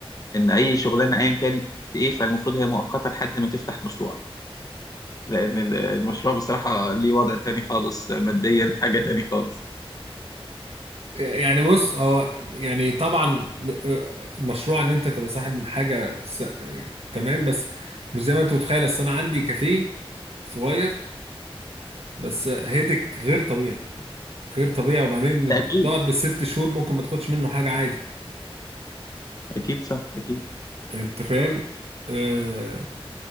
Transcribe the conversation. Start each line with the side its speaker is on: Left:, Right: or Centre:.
Left: ان اي شغلانه ايا كانت ايه فالمفروض هي مؤقته لحد ما تفتح مشروع لان ال- المشروع بصراحه ليه وضع تاني خالص ماديا حاجه تاني خالص
Right: يعني بص هو يعني طبعا مشروع ان انت تبقى صاحب حاجه س... تمام بس مش زي ما انت متخيل اصل انا عندي كافيه صغير بس هيدك غير طبيعي غير طبيعي وبعدين انت
Left: اكيد
Right: بتقعد بالست شهور ممكن ما تاخدش منه حاجه عادي
Left: اكيد صح اكيد
Right: انت فاهم آه،